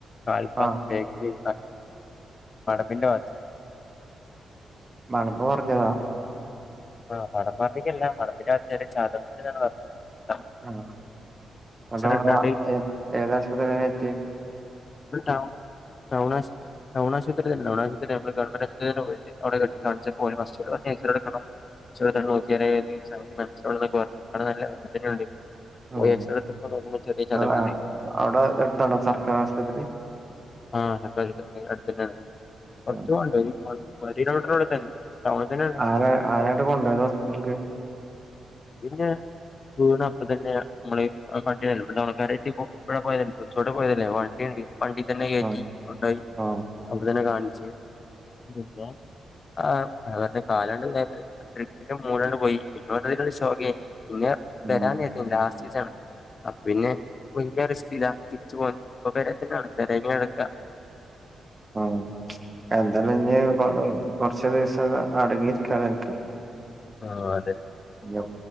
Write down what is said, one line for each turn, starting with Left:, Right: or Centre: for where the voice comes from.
Left: കാൽപാദത്ന്റെ
Right: ആഹ്
Left: ബേക്ക്ല് മടമ്പ്ന്റെ ഭാത്ത
Right: മടമ്പ് മർഞ്ഞതാ
Left: ആഹ് മടമ്പ് ർഞ്ഞിക്കല്ല മടമ്പിന്റാത് ചതവ്ണ്ട്ന്ന പർഞ്ഞെ
Right: ആഹ് പട മർഞ
Left: ഇട്ടാണ്ട്
Right: ഏ ഏതാഷ്പത്രില കേട്ട്യേ
Left: ടൗ ടൗണാഷ് ടൗണാഷ്പിറ്റലെന്നെ ടൗണാഷ്പിറ്റല് ഗവൺമന്റ്ശുത്രിലെന്നെ പോയി് അവ്ടെ കാണ്ച്ചപ്പോല് എക്സറേ എടുക്കണം <unintelligible> <unintelligible> നോക്യാലെ <unintelligible>
Right: ഉം
Left: പോയ്‌ എക്സ്രട്ത്ത്പ്പ നോക്കുമ്പോ ചെറിയ ചതവ്ണ്ട്
Right: അതാ അവിടെ എടുത്താണോ സർക്കാർ ആശുപത്രി
Left: ആഹ് അട്തന്നേണ് കൊറച്
Right: ആഹ്
Left: പോവാണ്ട ചെയ്തവപ്പ തന്നെ ടൗണിൽ തന്നെയാണ്
Right: ആരാ ആരായിട്ട് കൊണ്ടുത് ഹോസ്പിറ്റലക്ക്
Left: പിന്നെ വീണ അപ്പ തന്നെയാ നമ്മള് വണ്ടിയല്ല ഇ തണക്കാരായിട്ട് ഇവിടെ പോയതല്ലേ തോടു ടെ പോയതല്ലേ വണ്ടിയുണ്ട് പണ്ടിന്നെ കയറ്റി
Right: ആഹ്
Left: ഉണ്ടോയി
Right: ആഹ്
Left: അവിടെ തന്നെ കാണിച്ച് പിന്നെ ആ കാലാണ്ട് ട്രിപ്പിന്റെ മൂടാണ്ട് പോയി പിന്നോ ഓക്കേ പിന്നെ വരാ
Right: ഉം
Left: ലാസ്റ്റ് സീസണ് അ പിന്നെ ഭയങ്കര റിസ്റ്റ് ഇല്ല ചിരിച്ചു പോകു ന്നു ഇപ്പൊ പേരെ തന്നെ ആണ് എങ്ങനെ എടുക്ക
Right: ആ എന്താല ഇഞ്ഞ് കൊറച്ച് ദിവസം അടങ്ങിയിരിക്കാല എനക്ക്
Left: ആ അതെ
Right: പിന്നെ